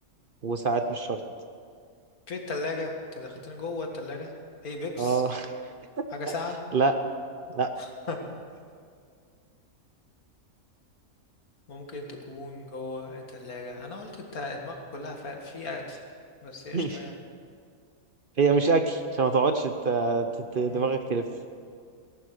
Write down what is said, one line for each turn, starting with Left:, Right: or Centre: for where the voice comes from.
Right: وساعات مش شرط
Left: في التلاجة انت دخلتني جوه التلاجة ايه بيبس
Right: اه
Left: حاجة ساقعة
Right: <laughs> لا لا
Left: <laughs> ممكن تكون جوه التلاجة انا قلت انت دماغك كلها في في اكل بس قشطة
Right: <laughs>
Left: يعني
Right: هي مش أكل عشان ما تقعدش ت- ت- ت- دماغك
Left: مم.
Right: تلف